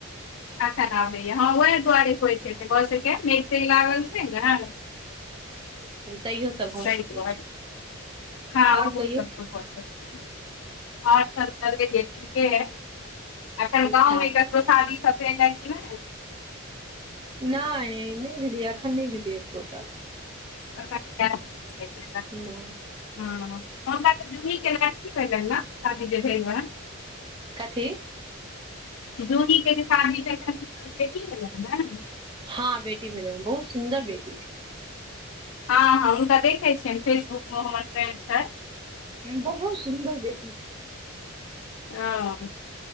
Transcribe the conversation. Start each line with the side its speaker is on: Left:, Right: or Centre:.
Left: अखैन आबैयऽ हँ, वएह दुआरे होइत हेतै भऽ सकैयऽ, मेघ-तेघ लागल छै ने।
Right: तैयो सब
Left: सही
Right: भऽ सकै
Left: <unintelligible>
Right: छै
Left: हँ, ओहो
Right: आओर कहियौ
Left: सब सँ भऽ सकयऽ। और सभ तऽ लेके ठीके हय। अखन
Right: ठीक
Left: गाँवमे
Right: ठाक
Left: ककरो शादी सब भेल हन कि नै।
Right: नइ- नै भेलैयऽ, अखन नै भेलैयऽ कोय शादी।
Left: <unintelligible> रहै।
Right: नई
Left: हँ हमरा तऽ जूही के लड़की भेलनि ने शादी जे भेल रहैन।
Right: कथी?
Left: जूही के जे शादी भेलाईन हुनका त बेटी भेलाइन न <unintelligible>
Right: हँ बेटी भेलै बहुत सुन्दर बेटी छैन।
Left: हँ-हँ हुनका देखै छियनि फेसबुकमे हमर फ्रेंड छथि।
Right: हूं बहुत सुन्दर बेटी छै।
Left: हँ